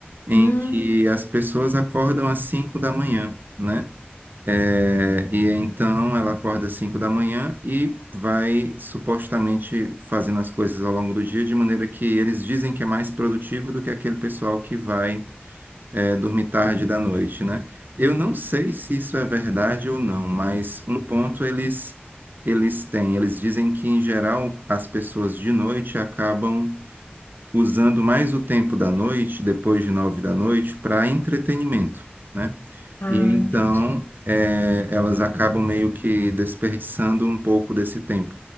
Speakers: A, on the right (about 55°); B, on the left (about 55°).
A: em
B: Hum,
A: que as pessoas acordam às cinco da manhã, né? É, e então ela acorda às 5 da manhã e vai supostamente fazendo as coisas ao longo do dia, de maneira que eles dizem que é mais produtivo do que aquele pessoal que vai, é, dormir tarde da noite, né? Eu não sei se isso é verdade ou não, mas um ponto eles, eles têm. Eles dizem que, em geral, as pessoas de noite acabam usando mais o tempo da noite, depois de nove da noite, para entretenimento, né?
B: ah,
A: E então
B: entendi.
A: eh, elas acabam meio que desperdiçando um pouco desse tempo.